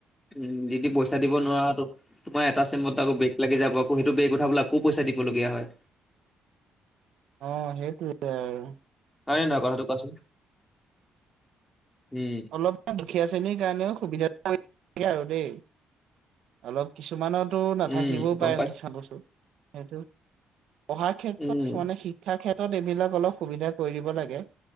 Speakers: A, on the left; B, on the right.
A: উম যদি পইা দিব নোৱাৰা তোম এটা চমত আকৌ বেগ লাগি যাব আকৌ সেইটো বেগ উঠা বলে আকৌ পইচা দিব লাগিব। লগিয়া হয়।
B: অ সেইটো আৰু
A: হয় নে নহয় কথাটো কোৱাচোন। উম,
B: অলপমান দুখীয়া শ্ৰেণীৰ কাৰণেও সুবিধা আৰু দেই অলপ কিছুমানো নাথাকিবও
A: উম, গম
B: পাৰে
A: পাইছো
B: কিছুমান বস্তু সেইটো পঢ়াৰ ক্ষেত্ৰত
A: উম,
B: মানে শিক্ষা ক্ষেত্ৰত ত এইবিলাক অলপ সুবিধা কৰি দিব লাগে